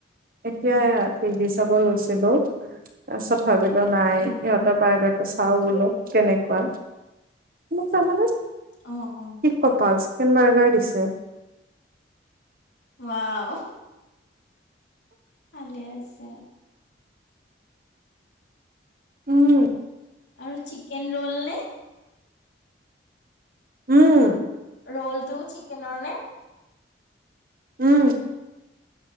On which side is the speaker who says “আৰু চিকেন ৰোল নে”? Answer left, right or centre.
Left